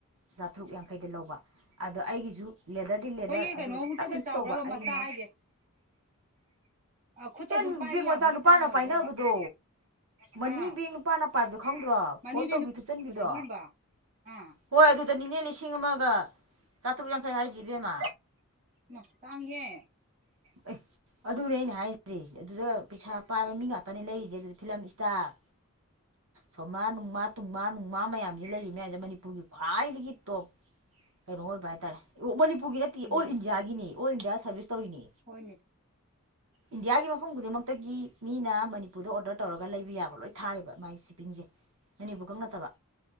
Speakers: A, on the right (about 65°); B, on the right (about 35°).
A: ꯆꯥꯇ꯭ꯔꯨꯨꯛ ꯌꯥꯡꯈꯩꯗ ꯂꯧꯕ ꯑꯗꯣ ꯑꯩꯒꯤꯁꯨ ꯂꯦꯗꯔꯗꯤ ꯂꯦꯗꯔ
B: ꯑꯩꯈꯣꯏꯒꯤ ꯀꯩꯅꯣꯃꯨꯛꯇꯒ
A: ꯑꯗꯨꯒ ꯈꯤꯇꯪ ꯃꯤꯛꯁ
B: ꯆꯥꯎꯕ꯭ꯔꯕ
A: ꯇꯧꯕ
B: ꯃꯆꯥ
A: ꯑꯩꯒꯤꯅ
B: ꯍꯥꯏꯁꯦ ꯈꯨꯠꯇ
A: ꯍꯦꯟ
B: ꯑꯗꯨꯝ ꯄꯥꯏꯕ
A: ꯕꯦꯒ
B: ꯌꯥꯕꯒꯤ
A: ꯃꯆꯥ ꯅꯨꯄꯥꯅ
B: ꯆꯥꯡ ꯑꯣꯏꯕ꯭ꯔꯕ
A: ꯄꯥꯏꯅꯕꯗꯣ ꯃꯅꯤ
B: ꯑꯥ
A: ꯕꯦꯒ ꯅꯨꯄꯥꯅ ꯄꯥꯏꯕꯗꯣ ꯈꯪꯗ꯭ꯔꯣ
B: ꯃꯅꯤꯕꯦꯅ
A: ꯐꯣꯜ ꯇꯧꯕꯤ ꯊꯨꯞꯆꯟꯕꯤꯗꯣ
B: ꯄꯗ ꯑꯗꯨꯒꯨꯝꯕ ꯑꯥ
A: ꯍꯣꯏ ꯑꯗꯨꯗꯅꯦ ꯂꯤꯁꯤ ꯂꯤꯁꯤꯡ ꯑꯃꯒ ꯆꯥꯥꯇ꯭ꯔꯨꯛ ꯌꯥꯡ ꯊꯩ ꯍꯥꯏꯥꯖꯤ ꯏꯕꯦꯃꯥ
B: ꯃ ꯇꯥꯡꯉꯦ ꯍꯩ <unintelligible>
A: ꯑꯦ ꯑꯗꯨꯔꯦ ꯑꯩꯅ ꯍꯥꯏꯁꯤꯔꯤ ꯑꯗꯨꯗ ꯄꯩꯁꯥ ꯄꯥꯏꯕ ꯃꯤ ꯉꯥꯛꯇꯅꯦ ꯂꯩꯔꯤꯁꯦ ꯑꯗꯨꯗꯤ ꯐꯤꯂꯝ ꯏꯁꯇꯥꯔ ꯁꯣꯃꯥ ꯃꯥ ꯃꯥꯅꯨꯡ ꯃꯥ ꯃꯌꯥꯝ ꯁꯤꯗ ꯂꯩꯔꯤꯕ ꯃꯌꯥꯝꯁꯦ ꯃꯅꯤꯄꯨꯔꯒꯤ ꯈ꯭ꯋꯥꯏꯗꯒꯤ ꯇꯣꯞ ꯀꯩꯅꯣ ꯑꯣꯏꯕ ꯍꯥꯏꯇꯥꯔꯦꯅꯤꯄꯨꯔ ꯄ ꯄꯨꯒꯤ ꯔꯠꯇꯇ
B: ꯎꯝ
A: ꯑꯣꯜ ꯏꯟꯌꯥꯒꯤꯅꯤ ꯑꯣꯜ ꯏꯟꯗꯤꯌꯥ ꯁꯥꯔꯚꯤꯁ ꯇꯧꯔꯤꯅꯤ
B: ꯍꯣꯏꯅꯦ
A: ꯏꯟꯗꯤꯌꯥꯒꯤ ꯃꯐꯝ ꯈꯨꯗꯤꯡꯃꯛꯇꯒꯤ ꯃꯤꯅ ꯃꯅꯤꯄꯨꯔꯗ ꯑꯣꯔꯗꯔ ꯇꯧꯔꯒ ꯂꯩꯕ ꯌꯥꯕ ꯂꯣꯏ ꯊꯥꯔꯦꯕ ꯃꯥꯒꯤ ꯁꯤꯞꯄꯤꯡꯁꯦ ꯃꯅꯤꯄꯨꯔ ꯈꯛ ꯅꯠꯇꯕ